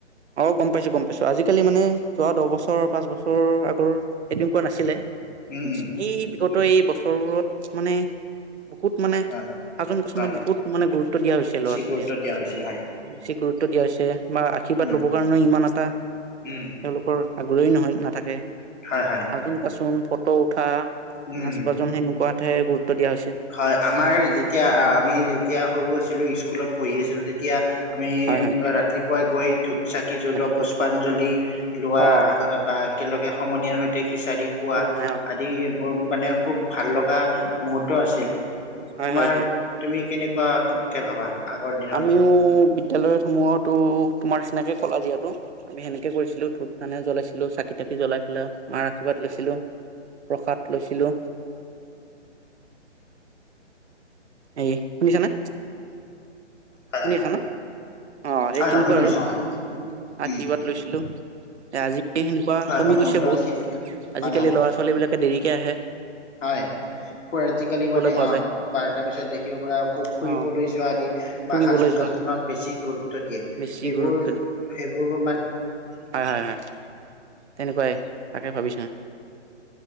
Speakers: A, on the right; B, on the left.
A: অ গম পাইছো গম পাইছো আজিকালি মানে যোৱা দহ বছৰ পাঁচ বছৰ এনেকোৱা নাছিলে
B: উম উম
A: সেই বিগ ত এই বছৰত মানে বহুত মানে
B: হয়
A: সাজোন কাচোনত
B: হয়
A: বহুত মানে গুৰুত্ব দিয়া হৈছে
B: বেছি
A: ল'ৰা ছোৱালীয়ে
B: গুৰুত্ব দিয়া হৈছে হয়
A: বেছি গুৰুত্ব টো দিয়া হৈছে। বা আশীৰ্বাদ
B: উম
A: ল'ব কাৰণেও ইমান এটা
B: উম
A: তেওঁলোকৰ আগ্ৰহী নহয় নাথাকে
B: হয় হয়
A: হাজোন কাচোন ফ ত উঠা
B: উম
A: নাচ বাজন সেনেকুৱাতহে গুৰুত্ব দিয়া হৈছে
B: হয় আমাৰ যেতিয়া আমি যেতিয়া সৰু আছিলো স্কুলত পঢ়ি আছিলো তেতিয়া আমি
A: হয় হয়
B: ৰাতিপুৱা গৈ ধূপ চাকি জ্বলোৱা
A: ৰাতিপুৱা
B: পুষ্পাঞ্জলি লোৱা
A: অ
B: বা একেলগে সমনীয়াৰ সৈতে সিচাৰি খোৱা
A: সময় নাই
B: আদি মানে খুব ভাল লগা মুহূৰ্ত আছিল।
A: হয়
B: তোমাৰ
A: হয় হয়
B: তুমি কেনে কোৱাত কে ভাবা। আগৰ দিনত
A: আমিও বিদ্যালয়ত সমূহতো তোমাৰ নিচিনাকে কলা যিহেতু আমি সেনেকে কৰিছিলো ধোপ মানে জ্বলাইছিলো চাকি তাকি জ্বলাই পেলাই মাৰ আশীৰ্বাদ লৈছিলো প্ৰসাদ লৈছিলো। এ শুনিছানে,?
B: হয়
A: শুনি
B: হয়
A: আছা ন অ সেই
B: হয়
A: তেনেকুৱা
B: হয় শুনি
A: আৰু
B: আছো হয় উম
A: আশীৰ্বাদ লৈছিলো। আজি সেনেকুৱা
B: হয়
A: কমি
B: মুহুৰ্ত
A: গৈছে বহুত
B: আছিল
A: আজিকালি
B: হয় হয়
A: ল'ৰা ছোৱালী বিলাকে দেৰি কিয়হে?
B: হয় আজিকালি মানে
A: পোৱা
B: অ
A: যায়
B: বাৰটাৰ পিছত দেখিব পোৱা ফুৰিবলৈ
A: অ
B: যোৱা আদি
A: ফুৰিবলৈ
B: বা সাজোন
A: যোৱা
B: কাচোনত বেছি গুৰুত্ব দিয়ে
A: বেছি
B: সেইবোৰ
A: গুৰুত্ব দি
B: সেইবোৰ মানে
A: হয় হয় হয় তেনেকুৱাই তাকে ভাবিছ